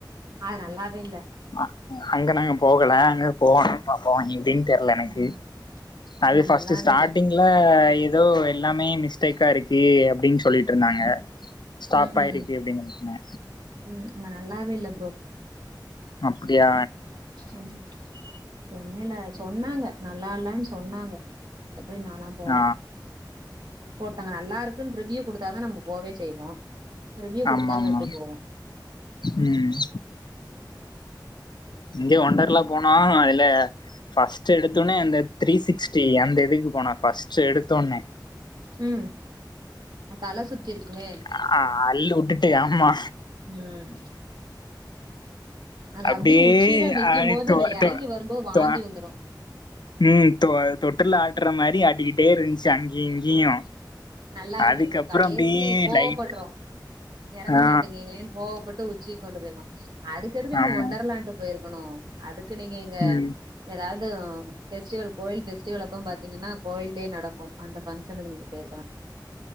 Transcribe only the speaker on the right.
அது நல்லாவே இல்ல
ம்
அங்க
நல்லாவே
இல்ல
ம்
ம்
ம் அங்க நல்லாவே இல்ல ப்ரோ
ஆமா சென்னைல சொன்னாங்க நல்லா இல்லன் சொன்னாங்க மித்தபடி நாலா போல
ஒருத்தங்க நல்லா இருக்குன் ரிவ்யூ குடுத்தாதா நம்ம போவே செய்வோ ரிவ்யூ குடுக்காம
எப்டி போவோ
ம் அ தல சுத்திருக்குமே
ம் அது
உச்சியில
நிக்கும் போது எறங்கி வரும்போது வாந்தி வந்துரு
நல்லா இருந்திருக்கு
கடேசி
கோவப்பட்ரோ
எறங்க
மாட்டுகேங்களேன்னு கோவப்பட்டு உச்சிக்கொண்டு போயிருக்கு அதுக்கெதுக்கு நீங்க
ஒண்டர் லாண்டு போயிருக்கணு அதுக்கு நீங்க இங்க
ஏதாது ஃபெஸ்டிவெல் கோயில் ஃபெஸ்டிவல் அப்ப பாத்தீங்கன்னா கோயில்லயே நடக்கு அந்த ஃபங்க்ஷனுக்கு நீங்க பேயிருக்கலா